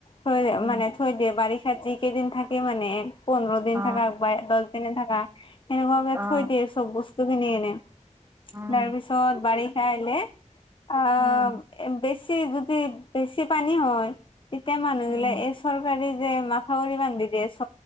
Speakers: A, on the left; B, on the right.
A: থৈ
B: উম
A: মানে থৈ দিয়ে বাৰিষাত য কেইদিন থাকে মানে পোন্ধৰ দিন
B: অ
A: থাক বা দহ দিন এ থাকা। এনেুৱাকে
B: অ
A: থৈ দিয়ে চব বস্তু। বস্তুখিনি এনে
B: উম
A: তাৰপিছত বাৰিষা আহিলে আ
B: উম
A: বেছি যদি বেছি পানী হয় তেতিয়া মানুহবিলাক
B: উম
A: এই চৰকাৰী যে মাথাউৰি বান্ধি দিয়ে চ